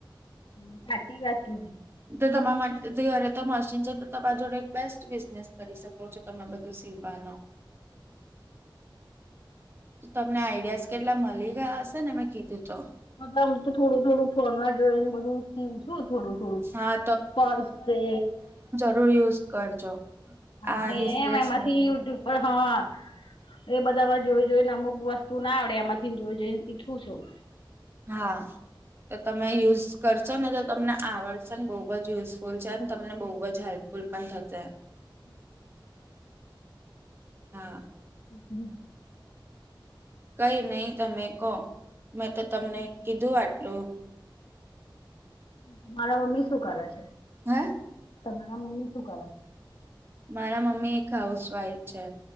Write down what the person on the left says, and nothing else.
હ સાચી વાત કીધી
આમ તો થોડું થોડું ફોન માં જોઈ ને બધું શું થોડું થોડું
પર્સે
હા
એમ એમાંથી
યુટ્યુબ પર હા એ બધામાં જોઈ જોઈ ને અમુક વસ્તુ ના આવડે એમાંથીને જોઈ જોઈ ને શીખું છું
<inaudible>
હમ
તમારા મમ્મી શું કરે છે
તમારા મમ્મી શું કરે છે